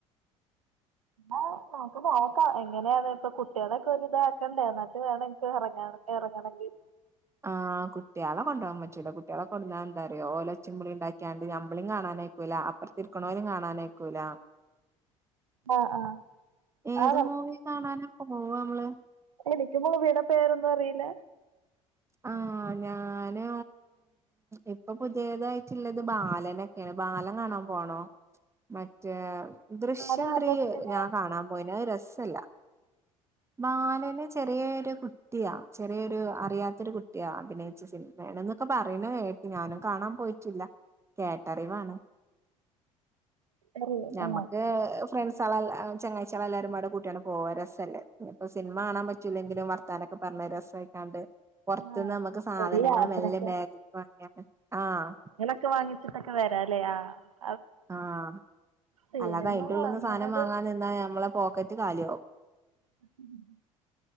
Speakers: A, on the right; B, on the right.
A: ആഹ് നമുക്ക് നോക്കാ എങ്ങനെയാണ് ഇപ്പൊ കുട്ടിയളൊക്കെ ഒരിതാക്കണ്ടേ എന്നിട്ട് വേണം എനിക്ക് എറങ്ങാണ്. എറങ്ങണെങ്കി
B: ആഹ് കുട്ടിയേളെ കൊണ്ടോ വാൻ പറ്റൂല. കുട്ടിയേളെ കൊട്ന്നാ എന്താറിയോ ഓലൊച്ചിം ബിളിം ഇണ്ടാക്കിയാണ്ട് നമ്മളിം കാണാനയിക്കൂല. അ പ്പർത്തിര്ക്ക്ണോലിം കാണാനയ്ക്കൂല.
A: ആ ആ
B: ഏത്
A: ആ
B: മൂവി കാണാനാപ്പ പോവ നമ്മള്.
A: എനിക്കും മൂവീടെ പേരൊന്നും അറിയില്ല.
B: ആഹ് ഞാന് ഇപ്പൊ പുതിയതായിട്ടുള്ളത് ബാലനൊ ബാലൻ കാണാൻ പോണോ മ മറ്റേ ദൃശ്യം
A: അത് ആരുടെ
B: ത്രീ
A: സിനിമയാ
B: ഞാൻ കാണാൻ പോയിന്. അത് രസല്ല ബാലന് ചെറിയെ ഒരു കുട്ടിയാ ചെറിയൊരു അറിയാത്തൊരു കുട്ടിയാ അഭിനയി സിനിമയാണെന്നൊക്കെ പറയുന്ന കേട്ട് ഞാനും കാണാൻ പോയിറ്റില്ലാ. കേട്ടറിവാണ്
A: അറിയോ?
B: ഞമ്മക്ക്
A: ആ
B: ഏഹ് ഫ്രണ്ട്സാളെ എൽ ആഹ് ചങ്ങായിച്ചിയാളെ എല്ലാരും പാടെ കൂട്ടിയാണ് പോകാ രസല്ലേ ഇനിപ്പോ സിനിമ കാണാൻ പറ്റൂലെങ്കിലും വർ ത്താനൊക്കെ പറഞ്ഞ് രസായിക്കാണ്ട് പൊറത്ത്ന്ന്
A: ആ
B: നമ്മക്ക് സാധനങ്ങള്
A: ഒരു യാത്രക്ക്
B: മെല്ലെ ബാഗിക്ക് വാങ്ങിയാണ്ട് ആഹ്
A: ക്കെ വാങ്ങിച്ചിട്ടൊക്കെ വരാല്ലേ ആഹ്
B: ആഹ്
A: സിനിമ
B: അല്ലാതെ അതിന്റെ ഉളളിന്ന്
A: വാങ്ങണത്
B: സാധനം വാങ്ങാൻ നിന്നാ നമ്മളെ പോക്കറ്റ് കാലിയാവും
A: ഉം